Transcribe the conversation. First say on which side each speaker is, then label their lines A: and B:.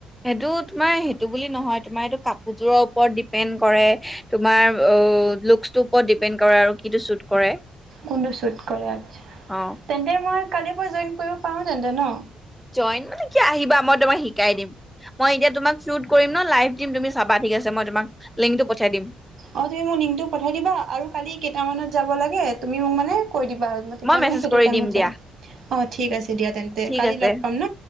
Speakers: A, in the centre; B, on the right.
A: সেইটো তোমাৰ সেইটো বুলি নহয় তোমাৰ এইটো তোমাৰ কাপোৰ যোৰৰ ওপৰত ডিপেণ্ড কৰে তোমাৰ লুক্সটো ওপৰত দিপেণ্ড কৰে আৰু কিটো চুট কৰে।
B: কোনটো শ্বুট কৰে আচ্ছা
A: অ
B: তেন্তে মই কালিৰ পৰা জইন কৰিব পাৰোঁ তেন্তে ন
A: জইন মানে কি আহিবা। মই তোমাক শিকাই দিম মই এতিয়া তোমাক চুট কৰিম ন লাইভ। দিম তুমি চাবা ঠিক আছে মই তোমাক লিংকটো পঠাই দিম।
B: অ তুমি মোক লিংকটো পঠাই দিবা আৰু কালি কেইটামানত যাব লাগে তুমি মোক মানে- কৈ দিবা তেতিয়া
A: মই মেছেজ
B: মানে সেইটো
A: কৰি
B: টাইমত
A: দিম
B: যাম,
A: দিয়া
B: অ', ঠিক আছে দিয়া তেন্তে
A: ঠিক
B: কালি
A: আছে
B: লগ পাম ন